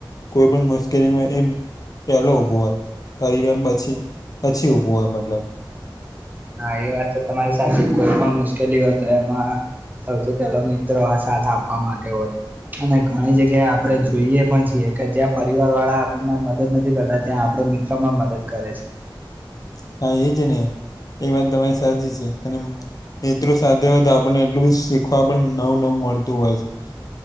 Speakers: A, on the left (about 45°); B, on the right (about 20°).
A: કોઈ પણ મુશ્કેલીમાં એમ પહેલો ઉભો હોય પરિવાર પછી પછી ઉભ હોવ મતલબ.
B: હા એ વાત તો તમારી સાથે કોઈ પણ મુશ્કેલી હોય તો એમાં સૌથી પેલો મિત્રો આ સાથ આપવા માટે હોય અને ઘણી જગ્યા જેષઆપણે જોઈએ પણ છીએ કે જ્યાં પરિવારવાળા આપણને મદદ નથી કરતા ત્યાં આપણા મિત્રોમાં મદદ કરે છે.
A: <inaudible> હા એજ ને એ વાત તમારી સાચી છે અને મિત્રો સાથે હોય તો આપણને એટલું શીખવા પણ નવું-નવું મળતું હોય છે.